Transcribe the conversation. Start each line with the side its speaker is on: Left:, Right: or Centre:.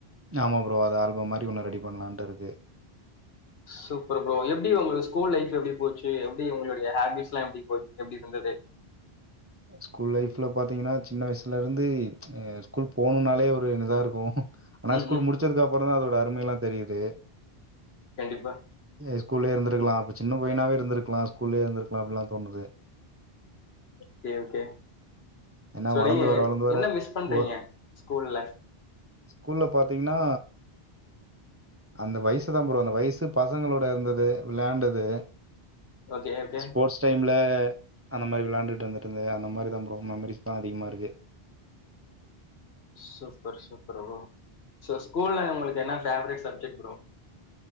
Right: ஆமா ப்ரோ அத ஆல்பம் மாறி ஒன்னு ரெடி பண்ணலான்ட்டு இருக்கு
Left: சூப்பர் ப்ரோ எப்டி உங்க ஸ்கூல் லைஃப் எப்டி போச்சு எப்டி உங்களுடைய ஹேபிட்ஸ் எல்லா எப்டி எப்டி இருந்தது
Right: ஸ்கூல் லைஃப்ல பாத்தீங்கனா சின்ன வயசுலருந்து ஸ்கூல் போகணும்னாலே ஒரு இதா இருக்கும் ஆனா
Left: ம்
Right: ஸ்கூல்
Left: ம்
Right: முடிச்சதுக்கு அப்புறம் தா அதோட அருமைலா தெரியுது
Left: கண்டிப்பா
Right: ஸ்கூல்லயே இருந்துருக்கலா அப்ப சின்ன பையனாவே இருந்துருக்கலா ஸ்கூல்லயே இருந்துருக்கலா அப்டிலா தோணுது
Left: ஓகே ஓகே
Right: ஏன்னா
Left: சோ
Right: வளர்ந்து
Left: நீங்க
Right: வர வளர்ந்து வர
Left: என்ன மிஸ் பண்றீங்க
Right: ஓ
Left: ஸ்கூல்ல
Right: ஸ்கூல்ல பாத்தீங்கனா அந்த வயசு தா ப்ரோ அந்த வயசு பசங்களோட இருந்தது வெளாண்டது
Left: ஓகே ஓகே
Right: ஸ்போர்ட்ஸ் டைமில அந்த மாரி வெளாண்டுட்டு வந்துட்டுஇருந்தது அந்த மாரி தா ப்ரோ மெமரிஸ்தா அதிகமாக இருக்கு
Left: சூப்பர் சூப்பர் ஃப்ரோ சோ ஸ்கூல்ல உங்களுக்கு என்ன ஃபேவரேட் சப்ஜெக்ட் ஃப்ரோ